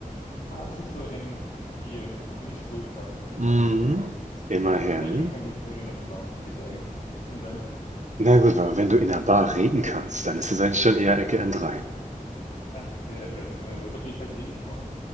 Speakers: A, on the left; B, on the right.
A: Ah, es ist so n vier, also nicht so krass.
B: Mhm.
A: Das ist okay.
B: Immerhin.
A: Frei für eine Konversation in der Bar, würde ich sagen. Und deins?
B: Na gut, aber wenn du in einer Bar reden kannst, dann ist es eigentlich schon eher Ecke M3.
A: Ach, ja, ich weiß nicht. Also ich habe die Tests eh nicht gemacht.